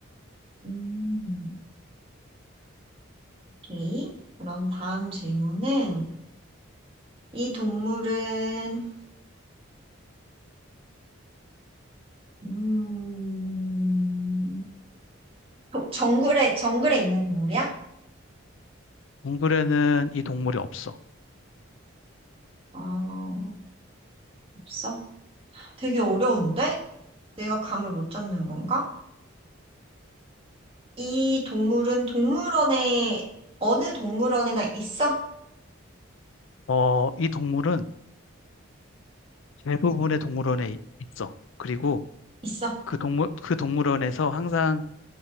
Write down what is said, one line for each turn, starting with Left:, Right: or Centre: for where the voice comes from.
Right: 음. 오케이. 그럼 다음 질문은 이 동물은 음, 도- 정글에 정글에 있는 동물이야?
Left: 동굴에는 이 동물이 없어.
Right: 아, 없어? 되게 어려운데? 내가 감을 못 잡는 건가? 이 동물은 동물원에 어느 동물원에나 있어?
Left: 어, 이 동물은 대부분의 동물원에 이- 있어. 그리고
Right: 있어.
Left: 그 동물, 그 동물원에서 항상